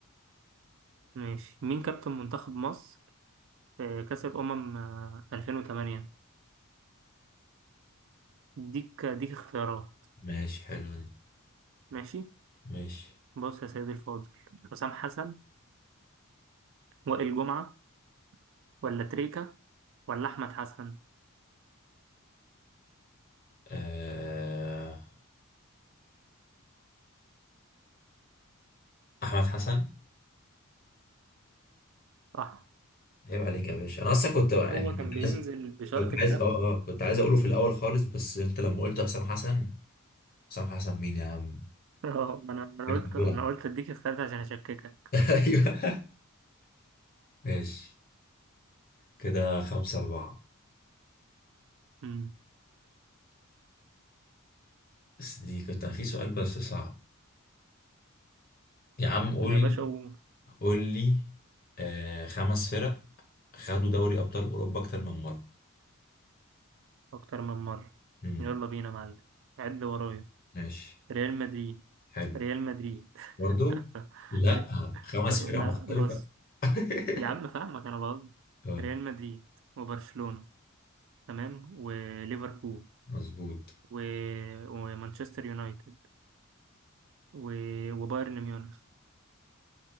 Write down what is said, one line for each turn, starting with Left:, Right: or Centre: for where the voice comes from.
Right: ماشي مين كابتن منتخب مصر في كأس الأمم آه، 2008 ديك ديك اختيارات
Left: ماشي حلو دي
Right: ماشي
Left: ماشي
Right: بص يا سيدي الفاضل حسام حسن وائل جمعة ولا تريكة ولا أحمد حسن
Left: آه... احمد حسن
Right: صح
Left: عيب عليك يا باشا انا اصلا كنت يعني
Right: هو
Left: كنت
Right: كان بينزل
Left: عايز
Right: بشرط
Left: كنت
Right: كابتن
Left: عايز اه اه كنت عايز اقوله في الاول خالص بس انت لما قلت حسام حسن حسام حسن مين يا عم
Right: <laughs> اه أنا أنا
Left: كانش
Right: قلت
Left: بيلعب
Right: أنا قلت أديك اختيارات عشان أشككك
Left: <laughs> ايوه ماشي كده خمسة أربعة
Right: أمم.
Left: بس دي كنت في سؤال بس صعب يا عم قول
Right: يا
Left: لي
Right: باشا قول
Left: قول لي آه خمس فرق خدوا دوري أبطال أوروبا أكتر من مرة
Right: أكتر من مرة
Left: امم
Right: يلا بينا يا معلم عد ورايا
Left: ماشي
Right: ريال مدريد
Left: حلو
Right: ريال مدريد
Left: برضو
Right: <laughs>
Left: لا
Right: ري-
Left: خمس فرق
Right: لا
Left: مختلفة
Right: بص
Left: <laughs>
Right: يا عم فاهمك انا بقصد
Left: اه
Right: ريال مدريد وبرشلونة تمام وليفربول
Left: مظبوط
Right: و... ومانشستر يونايتد و... وبايرن ميونخ